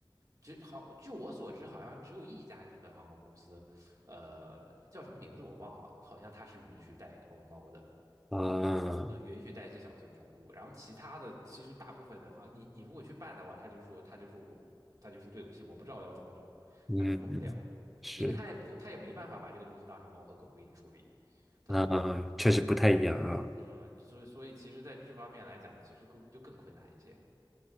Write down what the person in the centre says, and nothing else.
啊。
嗯，
是，
啊，确实不太一样啊。